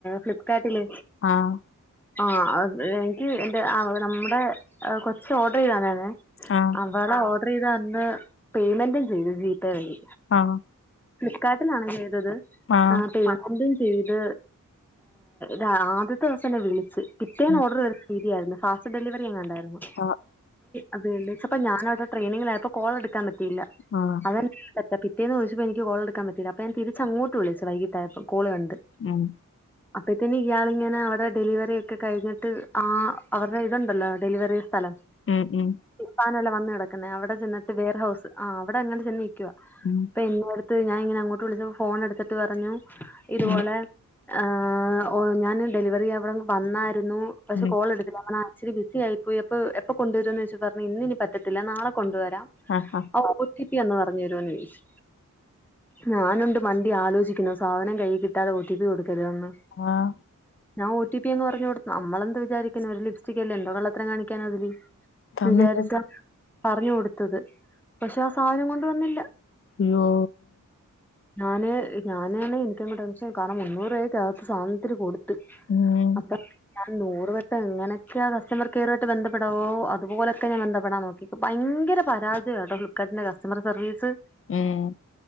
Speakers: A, in the centre; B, on the left.
A: ഫ്ലിപ്കാർട്ടില്
B: ആഹ
A: ആ എനിക്ക് എന്റെ നമ്മുടെ കൊച്ച ഓർഡർ ചെയ്തന്നന്നെ
B: ആഹ
A: വള ഓർഡർ ചെയ്ത് അന്ന് പേയ്മെന്റും ചെയ്തു ജിപേ വഴി
B: ആഹ്
A: ഫ്ലിപ്പ്കാർട്ടിലാണ് ചെയ്തത്
B: ആഹ്
A: അ എന്തും ചെയ്ത് ഹ ആദ്യത്തെ ദിവസം എന്നെ വിളിച്ചച്ച് പിറ്റേ ൻ
B: ഉം
A: ഓർഡർ ശരിയായിരുന്നു ഫാസ്റ്റ് ഡെലിവറിങ്ങണ്ട്യിരുന്നു
B: ആഹ്
A: അതേണ്ട് ഇപ്പ ഞാന അവിടെട്രെനിങ്ങിലായപ്പോ കോൾ എടുക്കാൻ പറ്റയില്ല
B: ആഹ
A: റ്റ പിത്തേന്ന് ചദിച്ചപ്പോ എക്ക് കോള എടുക്കാ പറ്റില്ലല്ല അ ഞൻ തിരി അങ്ങോട്ട് വിളിച്ച വൈിട്ടായപ്പോം കോള് കണ്ട്
B: ഉം
A: അപ്പഴത്ത ഇയാള ഇങ്ങെ അവിടെ ഡെലിവറി ഒക്കെ കഴിഞ്ഞിട്ട് ആ അവരുടെ ഇതുണ്ടല്ലോ ഡെലിവറി സ്ഥലം
B: ഉം ഉം
A: പാനല്ല വന്ന കിക്കുന്നേ അവിടെ ചെന്നി് വർ ഹൗസ് ആഹ അവിടെ അങ്ങട്ട് ചെന്നി നികുവാ
B: ഉം
A: എ അടുത്ത് ഞാൻ ഇങ്ങനെ അങ്ങോട്ട് വിളിച്ച ഫോൺ എടുത്തിട്ട് പറഞ്ഞു ഇതുപോലെ
B: ഉം
A: ആ ഓ ഞാാന് ഡെലിവറി അവിടെ വന്നായിരുന്നു പക്ഷെ
B: ഉം
A: കോൾ എടു ആച്ചരി ബിസി ആയി പോയി അപ്പൊ എപ്പൊ കൊണ്ടുവരരുന്ന് വെച്ച പറഞ്ഞു ഇന്ന ഇനി പറ്റത്തി നാളെ കൊണ്ടുവരാം
B: ആഹ് ആഹ്
A: ആ ഒ ടി പി എന്ന് പറഞ്ഞു തരുമന്ന് ചോയിച്ചു ഞാനുണ്ട് മണ്ടി ആലോചിക്കുന്നു സാധനം കൈയി കിട്ടാതെ ഒ ടി പി കൊടുക്കരുന്ന്
B: ആഹ
A: ഞാ ഒ ട്ടി പി അങ് പർഞൊട്ത്ത് ഞമ്മളെന്ത് വിചാരിക്ക്ന്നു ഒര് ലിഫ്റ്റികെല്ലല്ലോ കള്ളത്തരം കാണികാനാതില്
B: തന്നില്ലെങ്കിൽ
A: വിചാര്ക്ക പറഞ്ഞു കൊടുത്തത് പക്ഷെ ആ സാധനം കൊണ്ട് വന്നില്ല
B: ഇയ്യോ
A: ഞാന് ഞാനാണ് എനിക്കന്ന് ടെൻഷൻ കാരണം മുന്നൂറേറ്റാ സാധൻത്തില് കൊടുത്ത്
B: മ് ങനെ
A: അക്ക ഞാൻ ന്നൂറ് വട്ടം എങ്ങനൊക്യാ കസ്റ്റമർ കെയറോആയിട്ട് ബന്ധപ്പെടാവോ അതുപോലൊക്കെ ഞാൻ ബന്ധപ്പെടാം ന്നോക്കി ഭയങ്കര പരാജയാട്ടം ഫ്ലി്കാർട്ടിന്റെ കസ്റ്റമർ സർവീസ്
B: ഉം